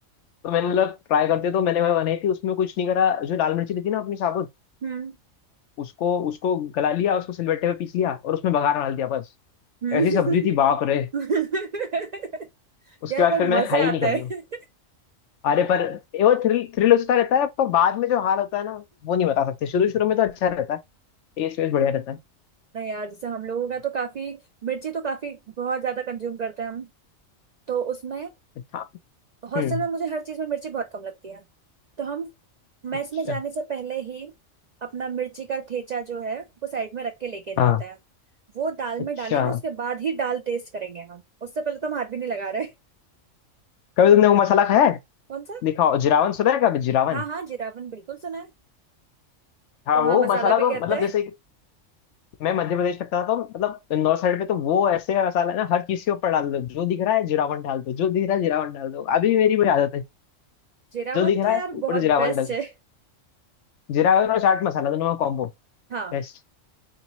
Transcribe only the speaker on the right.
हम्म
हम्म
<laughs>
यार
पर
मजे
आता
है <laughs>
नहीं यार जैसे हम लोगों का तो काफी मिर्ची तो काफी बहुत ज्यादा कंज्यूम करते हैं हम तो उसमें
हॉस्टल
में मुझे हर चीज में मिर्ची बहुत कम लगती है तो हम मेस
में जाने से पहले ही अपना मिर्ची का ठेचा जो है वो साइड में रख के लेके जाता
है वो दाल
में डालेंगे उसके बाद ही दाल टेस्ट करेंगे हम उससे पहले तो हम हाथ भी नहीं लगा रहे <laughs>
कौन सा
हाँ हाँ जीरावन बिल्कुल सुना है
पोहा
मसाला
भी
कहते
हैं
जीरा
वन
तो यार
बहुत
बेस्ट
है
हाँ